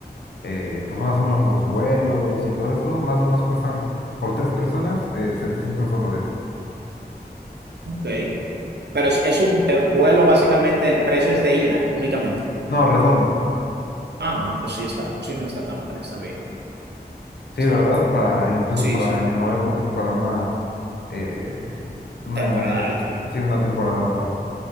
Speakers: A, on the left; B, on the right.
A: eh, pues más o menos los vuelos y todo eso, más o menos cuestan por tres personas eh, setecientos dólares.
B: Ok. Pero es, es un eh, vuelo, básicamente el precio es de ida únicamente.
A: No, redondo.
B: Ah, no, pues sí está, sí no está tan mal, está bien,
A: Sí,
B: está
A: ¿verdad?
B: bien.
A: Para, incluso
B: Sí,
A: para
B: sí,
A: Año Nuevo, para una, eh, una,
B: temporada
A: eh,
B: alta.
A: sí, una temporada alta.